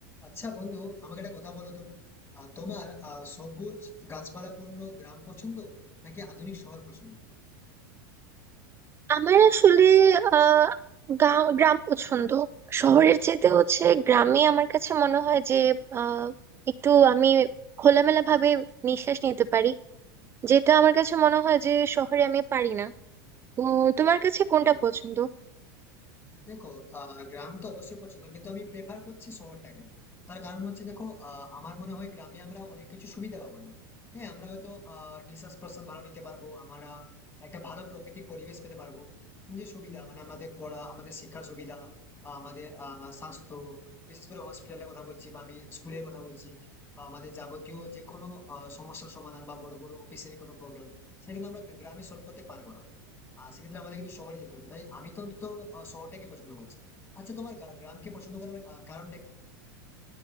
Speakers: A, on the left (about 20°); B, on the right (about 20°).
A: আচ্ছা বন্ধু আমাকে একটা কথা বলো তো আহ, তোমার আহ, সবুজ গাছপালাপূর্ণ গ্রাম পছন্দ নাকি আধুনিক শহর পছন্দ
B: আমার আসলে আহ গা- গ্রাম পছন্দ শহরের চেয়ে হচ্ছে গ্রামে আমার কাছে মনে হয় যে আহ একটু আমি খোলামেলা ভাবে নিঃশ্বাস নিতে পারি যেটা আমার কাছে মনে হয় যে শহরে আমি পারি না তো তোমার কাছে কোনটা পছন্দ
A: দেখো আহ, গ্রাম তো অবশ্যই পছন্দ কিন্তু আমি প্রেফার করছি শহরটাকে তার কারণ হচ্ছে দেখো আহ, আমার মনে হয় গ্রামে আমরা অনেক কিছু সুবিধা পাবো না হ্যাঁ আমরা হয়তো আহ নিঃশ্বাস প্রশ্বাস ভালো নিতে পারবো আমরা একটা ভালো প্রাকৃতিক পরিবেশ পেতে পারবো যে সুবিধা মানে আমাদের পড়া আমাদের শিক্ষার সুবিধা বা আমাদের আহ স্বাস্থ্য বিশেষ করে হসপিটালের কথা বলছি বা আমি স্কুলের কথা বলছি বা আমাদের যাবতীয় যে কোনো আহ, সমস্যার সমাধান বা বড় বড় অফিসের কোনো প্রবলেম সেটা কিন্তু আমরা গ্রামে সলভ করতে পারবো না আহ সেক্ষেত্রে আমাদের কিন্তু শহরে যেতে হবে তাই আমি তো অন্তত আহ, শহরটাকে পছন্দ করছি আচ্ছা তোমার গা- গ্রামকে পছন্দ করার আহ, কারণটা কি